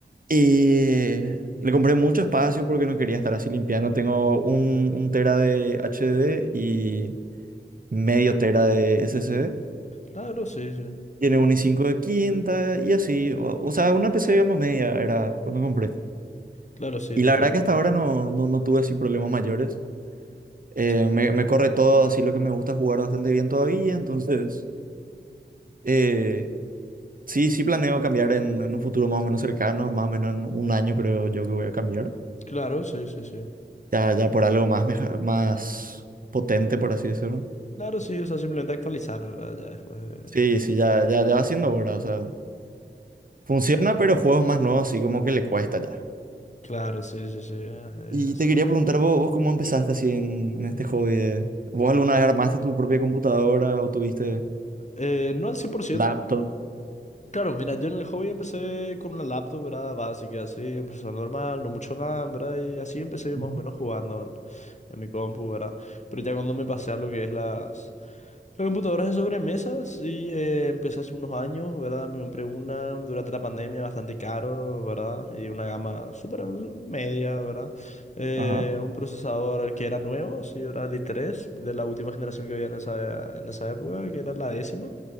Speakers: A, on the right; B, on the left.
A: Y le compré mucho espacio porque no quería estar así limpiando. Tengo un, un tera de HDD y medio tera de SSD.
B: Claro, sí, sí.
A: Tiene un i5 de quinta y así. O, o sea, una PC, digamos, media era cuando compré.
B: Claro, sí,
A: Y
B: totalmente.
A: la verdad que hasta ahora no, no, no tuve así problemas mayores. Eh,
B: Sí.
A: me, me corre todo, así lo que me gusta jugar bastante bien todavía. Entonces, eh, sí, sí planeo cambiar en, en un futuro más o menos cercano, más o menos en un año creo yo que voy a cambiar.
B: Claro, sí, sí, sí.
A: Ya, ya por algo más, meja- más potente, por así decirlo.
B: Claro, sí, o sea, simplemente actualizar ahora ya después. de-
A: Sí, sí, ya, ya, ya va siendo hora, o sea. Funciona, pero juegos más nuevos sí como que le cuesta ya.
B: Claro, sí, sí, sí, ya
A: Y
B: es así.
A: te quería preguntar vos, vos cómo empezaste así en, en este hobby de- ¿Vos alguna vez armaste tu propia computadora o tuviste
B: Eh, no al cien por ciento
A: laptop?
B: Claro, mira, yo en el hobby empecé con una laptop, ¿verdad? Básica, así, empezó normal, no mucho RAM, ¿verdad? Y así empecé
A: Ujú.
B: más o menos jugando en, en mi compu, ¿verdad? Pero ya cuando me pasé a lo que es las, las computadoras de sobremesas y eh, empecé hace unos años, ¿verdad? Me compré una durante la pandemia, bastante caro, ¿verdad? Y una gama súper media, ¿verdad? Eh,
A: Ajá,
B: un procesador que era nuevo, sí, era el i3 de la última generación que había en esa, en esa época, que era la décima.